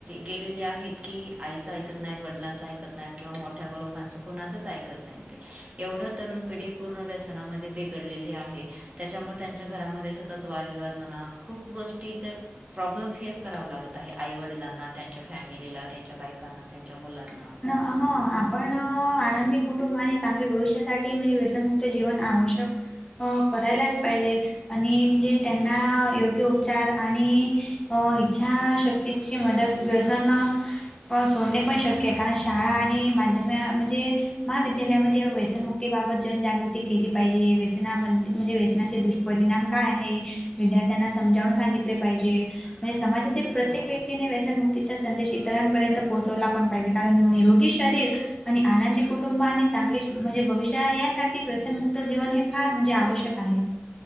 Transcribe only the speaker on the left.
ह आपण आनंदी कुटुंब आणि चांगले भविष्यासाठी म्हणजे व्यसनमुक्त जीवन आवश्यक. हो करायलाच पाहिजे आणि म्हणजे त्यांना योग्य उपचार आणि. इच्छाशक्तीची मदत व्यसन. पण सोडणे पण शक्य आहे. कारण शाळा आणि माध्यमी म्हणजे. महाविद्यालयामध्ये व्यसनमुक्तीबाबत जनजागृती केली पाहिजे व्यसनामध्ये म्हणजे व्यसनाचे दुष्ट परिणाम काय आहे विद्यार्थ्यांना समजावून सांगितले पाहिजे. म्हणजे समाजातील प्रत्येक
व्यक्तीने व्यसन मुक्तीचा संदेशीत इतरांपर्यंत पोहोचवला पण पाहिजे कारण निरोगी शरीर आणि आनंदी कुटुंब आणि चांगले म्हणजे भविष्या यासाठी व्यसनमुक्त जीवन हे फार म्हणजे आवश्यक आहे.